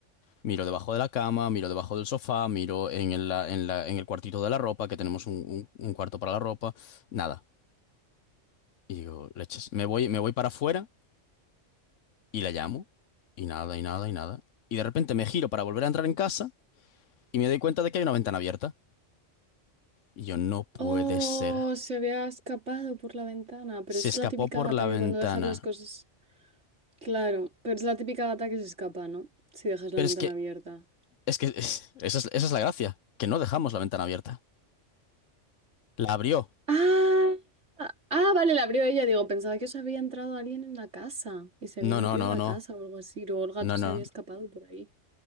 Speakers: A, on the left; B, on the right.
A: Miro debajo de la cama, miro debajo del sofá, miro en el, la- en la- en el cuartito de la ropa, que tenemos un, un- un cuarto para la ropa, nada. Y digo, leches, me voy, me voy para afuera y la llamo, y nada, y nada, y nada. Y de repente me giro para volver a entrar en casa y me doy cuenta de que hay una ventana abierta. Y yo, no puede
B: Oh,
A: ser.
B: se había escapado por la ventana, pero
A: Se
B: es
A: escapó
B: la típica
A: por
B: gata
A: la
B: que
A: ventana.
B: cuando dejas las cosas... Claro, pero es la típica gata que se escapa, ¿no? Si dejas la
A: Pero
B: ventana
A: es que,
B: abierta.
A: es que, es- esa es, esa es la gracia, que no dejamos la ventana abierta. La abrió.
B: Ah, ah, ah, vale, la abrió ella. Digo, pensaba que os había entrado alguien en la casa y se
A: No,
B: había metido
A: no, no,
B: en la
A: no,
B: casa o algo así. Luego el gato
A: no,
B: se
A: no,
B: había escapado por ahí.